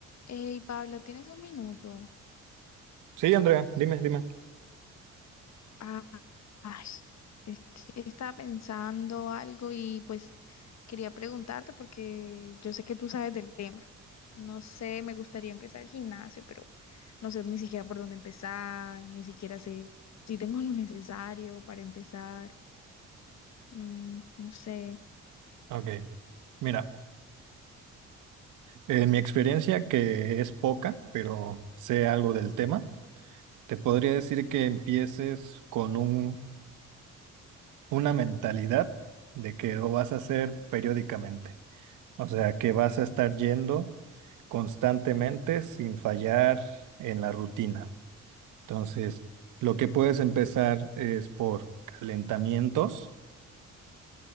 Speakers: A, on the left; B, on the right.
A: Hey, Pablo, ¿tienes un minuto?
B: Sí, Andrea, dime, dime.
A: Ah, ay, es que estaba pensando algo y pues quería preguntarte porque yo sé que tú sabes del tema. No sé, me gustaría empezar el gimnasio, pero no sé ni siquiera por dónde empezar, ni siquiera sé si tengo lo necesario para empezar. Mm, no sé,
B: Ok. Mira, en mi experiencia, que es poca, pero sé algo del tema, te podría decir que empieces con un, una mentalidad de que lo vas a hacer periódicamente. O sea, que vas a estar yendo constantemente sin fallar en la rutina. Entonces, lo que puedes empezar es por calentamientos.